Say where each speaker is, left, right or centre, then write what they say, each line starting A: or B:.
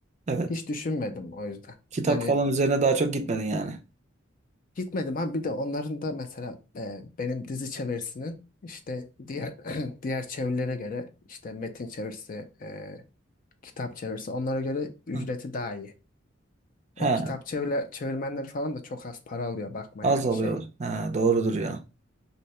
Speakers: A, on the right; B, on the left.
A: evet.
B: Hiç düşünmedim o yüzden.
A: Kitap
B: Hani
A: falan üzerine daha çok gitmedin yani.
B: gitmedim ama bir de onların da mesela e, benim dizi çevirisinin işte diğer <clears throat> diğer çevirilere göre işte metin çevirisi, e, kitap çevirisi onlara göre ücreti
A: Hı.
B: daha iyi. O
A: He,
B: kitap çevre, çevirmenleri falan da çok az para alıyor bakma
A: az
B: yani
A: alıyor.
B: şey.
A: He, doğrudur ya.